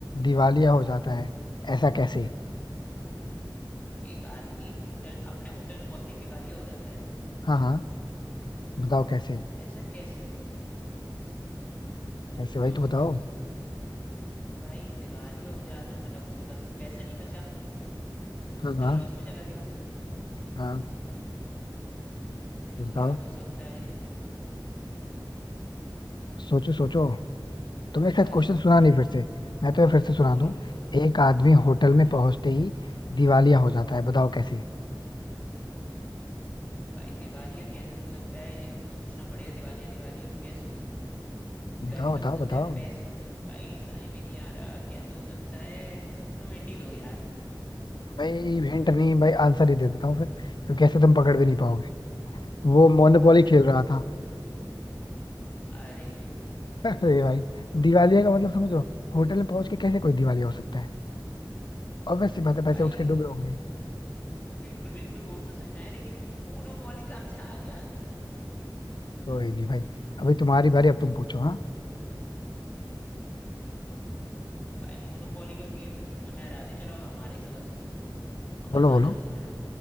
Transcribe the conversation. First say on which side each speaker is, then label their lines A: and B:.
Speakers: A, on the left (about 70°); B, on the left (about 20°).
A: दिवालिया हो जाता है ऐसा कैसे
B: एक आदमी होटल अपने होटल में पहुंचते ही दिवालिया हो जाता है
A: हाँ हाँ बताओ कैसे
B: ऐसा कैसे
A: कैसे भाई
B: क्योंकि
A: तो बताओ
B: उस भाई दिवालिया हो जाता है मतलब उसके पास कोई पैसा नहीं बचा
A: हाँ
B: होटल
A: हाँ
B: लॉस में चला गया
A: हाँ
B: तो
A: बताओ
B: क्या हो सकता है
A: सोचो सोचो तुम्हें शायद
B: भाई
A: क्वेश्चन
B: सोच
A: सुना
B: तो
A: नहीं
B: रहा हूँ
A: फिर से मैं तुम्हें फिर से सुना
B: बोलो
A: दूं
B: बोलो
A: एक आदमी होटल में पहुंचते ही दिवालिया हो जाता है बताओ कैसे
B: भाई दिवालिया कैसे हो सकता है ये तो सोचना पड़ेगा दिवालिया दिवालिया कैसे हो सकता है
A: बताओ
B: दिवाली तक
A: बताओ
B: हो सकते
A: बताओ
B: हैं पैसे भाई समझ में नहीं आ रहा कैसे हो सकता है तुम हिंदी दो यार
A: भाई हिंट नहीं भाई आंसर ही दे देता हूँ फिर क्योंकि ऐसे तुम पकड़ भी नहीं पाओगे वो मोनोपोली
B: बताओ
A: खेल रहा था
B: अरे
A: <laughs> अरे भाई दिवालिया का मतलब समझ रहे हो होटल में पहुंच के कैसे कोई दिवालिया हो सकता है और वैसे बात है पैसे
B: भाई
A: उठ के डूबे होंगे
B: बिल्कुल बिल्कुल वो तो समझ में आया लेकिन मोनोपोली कहाँ से आ गया आंसर
A: कोई नहीं भाई अभी तुम्हारी बारी अब तुम पूछो हाँ
B: भाई मोनोपोली का गेम में तुमने हमें हरा दिया चलो अब हमारा ही सवाल सुनो तुम और बताना
A: बोलो बोलो
B: अच्छी तरह